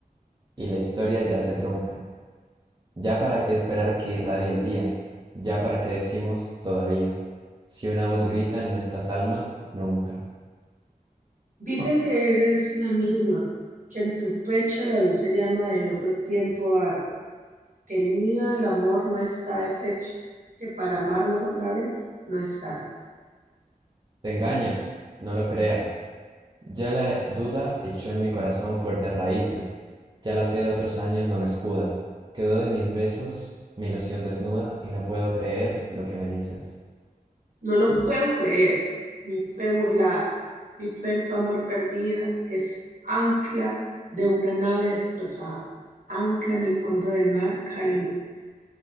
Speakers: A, on the right (about 30°); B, on the right (about 60°).
A: y la historia ya se trunca. Ya para qué esperar que irradie el día, ya para qué decimos todavía, si una voz grita en nuestras almas, nunca.
B: Dice que eres la misma, que en tu pecho la dulce llama de otro tiempo arde, que el nido del amor no está deshecho, que para amarnos otra vez no es tarde.
A: Te engañas, no lo creas. Ya la duda echó en mi corazón fuertes raíces, ya la fe de otros años no me escuda, quedó de mis besos mi ilusión desnuda y no puedo creer lo que me dices.
B: No lo puedo creer, mi fe burlada, mi fe en tu amor perdida es ancla de una nave destrozada, ancla en el fondo del mar caída.